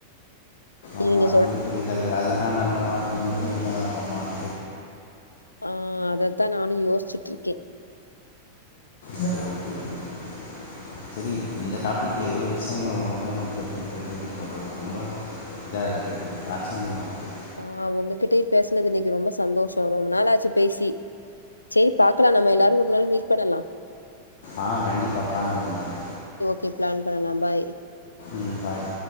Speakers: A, on the left (about 55°); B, on the left (about 80°).
A: ஆமாம்
B: இவிங்க
A: பெரிய தலவலி அதுதான் நம்ம வாட்டுக்கு நிம்மதியா இருப்போம்
B: ஆ அதத்தான் நானும் யோசிச்சுட்டு இருக்கேன்
A: ஓகே ஓகே ஓகே சரி இந்த டாப்பிக்கில இவ்ளோ விஷயங்கள உங்க முழியமா தெரிஞ்சிக்கிறதுனு போடுறது ரொம்ப இதா இருக்குது எனக்கு ஆச்சரியமா இருக்கு
B: ஆ உங்ககிட்டயையும் பேசினது இன்னைக்கு ரொம்ப சந்தோஷம் ரொம்ப நாள் ஆச்சு பேசி சேரி பாக்கலாம் நம்ம எல்லாரும் ஒரு நாள் மீட் பண்ணலாம்
A: ஆ கண்டிப்பா பிளான் பண்ணுவோம்
B: கே பிளான் பண்ணலாம் பாய்
A: ம் பாய்